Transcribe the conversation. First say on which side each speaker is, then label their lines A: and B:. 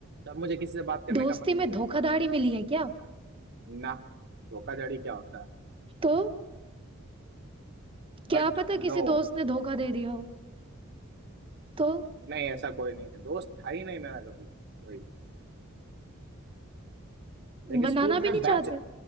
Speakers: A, on the right (about 50°); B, on the right (about 25°).
A: तब मुझे किसी से बात करने
B: दोस्ती
A: का मन नहीं
B: में
A: करता
B: धोखाधड़ी मिली है क्या
A: ना धोखाधड़ी क्या होता है
B: तो क्या
A: But
B: पता किसी
A: no
B: दोस्त ने धोखा दे दिया हो तो
A: नहीं ऐसा कोई नहीं है दोस्त था ही नहीं मेरा कभी कोई लेकिन
B: बनाना
A: स्कूल में
B: भी नहीं
A: बैच
B: चाहते